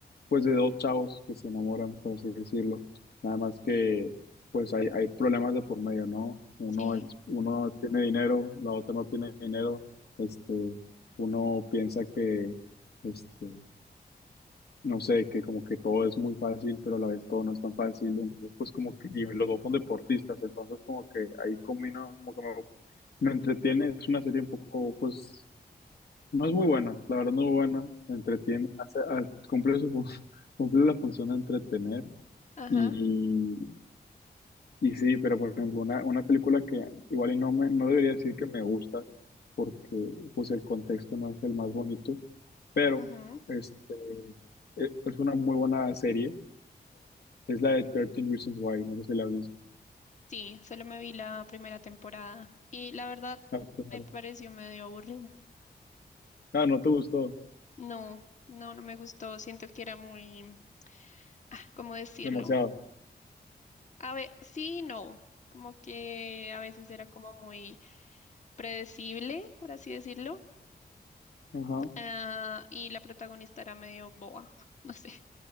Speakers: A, on the left; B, on the left.
A: pues de dos chavos que se enamoran, por así decirlo. Nada más que, pues hay, hay problemas de por medio, ¿no? Uno
B: sí,
A: es, uno tiene dinero, la otra no tiene dinero. Este, uno piensa que, este, no sé, que como que todo es muy fácil, pero a la vez todo no es tan fácil, entonces pues como que, y los dos son deportistas, entonces como que ahí combino, como que me, me entretiene, es una serie un poco, pues, no es muy buena, la verdad no es muy buena, entretiene, hace- ha- cumple su, fun- <laughs> cumple la función de entretener,
B: ajá,
A: y, y sí, pero por ejemplo, una, una película que igual y no me, no debería decir que me gusta, porque pues el contexto no es el más bonito, pero,
B: ujú,
A: este, e- es una muy buena serie, Es la de thirteen Reasons Why, no sé si la viste.
B: sí, solo me vi la primera temporada y la verdad
A: Ah, primero.
B: me pareció medio aburrida.
A: Ah, no te gustó
B: No, no, no me gustó, siento que era muy, ah, ¿cómo decirlo?
A: demasiado.
B: A ver, sí, y no, como que a veces era como muy... predecible, por así decirlo,
A: Ajá.
B: ah, y la protagonista era medio boba, <laughs> no sé,